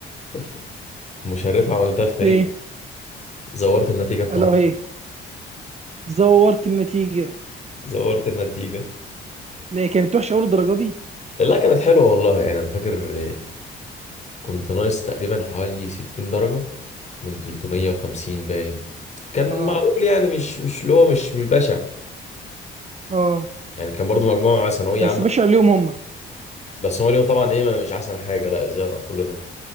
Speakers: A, on the left; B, on the right.
A: <laughs> مشرفة عملتها في تاريخ
B: ايه
A: زورت النتيجة بتاعتي
B: الا وهي زورت النتيجة
A: زورت النتيجة
B: لا هي كانت وحشة أول الدرجة دي
A: لا كانت حلوة والله يعني أنا فاكر كنت ناقص تقريبا حوالي 60 درجة من 350 باين كان
B: اه
A: معقول يعني مش مش اللي هو مش مش بشع
B: اه
A: يعني كان برضو مجموعة ثانوية
B: بس
A: عامة
B: باشا عليهم هم
A: بس هو اليوم طبعا ايه ما- مش احسن حاجة لا ازاي انقص كل ده